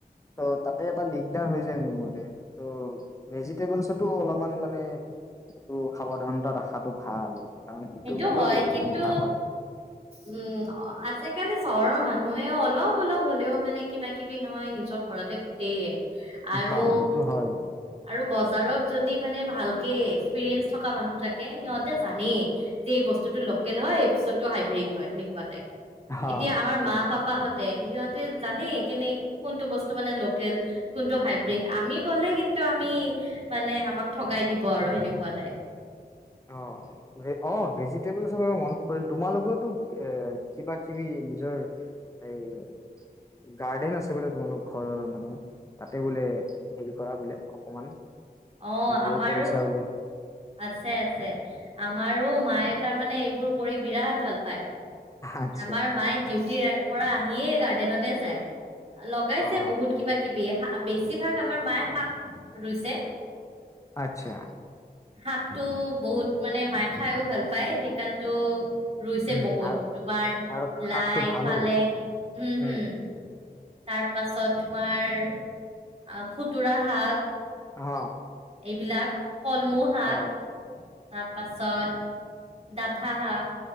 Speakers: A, on the left (about 20°); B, on the right (about 40°).
A: ত' তাতে এটা দিগদাৰ হৈ যায় মোৰ মতে। ত' ভেজিটেবলছতো অলপমান মানে এইটো সাৱধানতা ৰাখাটো ভাল। কাৰণ
B: সেইটো
A: কাৰণেও
B: হয়
A: বহুত
B: কিন্তু
A: বেমাৰ হয়
B: উম আজি আজিকালি চহৰৰ মানুহে অলপ অলপ হলেও মানে কিবা কিবি নহয় নিজৰ ঘৰতে পোতেয়। আৰু
A: হা সেইটো হয়
B: আৰু বজ বজাৰত যদি মানে ভাল কে এক্সপিৰিয়েন্ঞ্চ থকা মানুহ থাকে সিহঁতে জানেই। যে এই বস্তুতটো লোকেল হয় এই বস্তুটো হাইব্ৰীড হয় সেনেকুৱা টাইপ।
A: হা
B: এতিয়া আমাৰ
A: সেইটো
B: মা
A: হয়
B: পাপাহঁতে সিহত ত জানেই কেনে কোনটো বস্তু মানে লোকেল কোনটো হাইব্ৰীড
A: উম
B: আমি গ'লে কিন্তু আমি মানে আমাক ঠগাই দিব আৰু সেনেকুৱা টাইপ।
A: অ অ ভেজিটেবল চৰ মন পৰিল তোমালোকওতো এ কিবা কিবি নিজৰ এই গাৰ্ডেন আছে বোলে তোমালোক ঘৰৰ মানে, তাতে বোলে হেৰি কৰা বোলে অকমান।
B: অহ
A: গ্ৰ'
B: আমাৰো,
A: কৰিছা বোলে
B: আছে আছে। আমাৰো মায়ে তাৰমানে এইবোৰ কৰি বিৰাট ভাল পায়।
A: আচ্ছা
B: আমাৰ মায়ে ডিউটিৰ পৰা আহিয়ে গাৰ্ডেনতে যায়। লগাইছে
A: অ
B: বহুত কিবা কিবি, বেছিভাগ আমাৰ মায়ে শাক ৰুইছে।
A: আচ্ছা।
B: শাকটো বহুত মানে মায়ে খাইও ভাল পায়, সেইকাৰণতো ৰুইছে
A: উম
B: বহুত,
A: আৰু
B: তোমাৰ
A: আৰু শাকটো
B: লাই
A: ভালো
B: পালেং
A: বহুত
B: হম,
A: উম
B: হম। তাৰপাছত তোমাৰ অহ, খুতুৰা শাক।
A: অ
B: এইবিলাক কলমৌ শাক
A: অ
B: তাৰপাছত ডাঠা শাক।